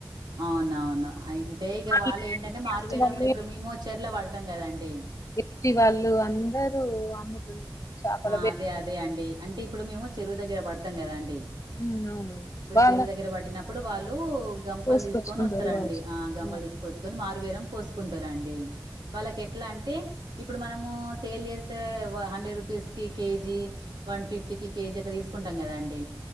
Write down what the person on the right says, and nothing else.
అవునవును అంటే ఇక
వాళ్ళ ఏంటంటే మారు
బేరం
లో ఇప్పుడు మేము చెర్లో పడతాం కదాండీ.
ఆ
అదే అదే అండి అంటే ఇప్పుడు మేము చెరువు దగ్గర పడతాం కదా అండి.
ఇప్పుడు
చెరుదగ్గర పట్టినప్ ప్పుడు వాళ్ళు గంపలు
తీసుకొని వస్తారండి.
ఆ గంపలు
తీసుకోవచ్చు కని మారుబేరం పోసుకుంటారండి. వాళ్ళకి ఎట్లా అంటే ఇప్పుడు మనము సేల్ చేసే hundred rupees. KG one fifty కి కేజి అలా తీసుకుంటాం కదాండి.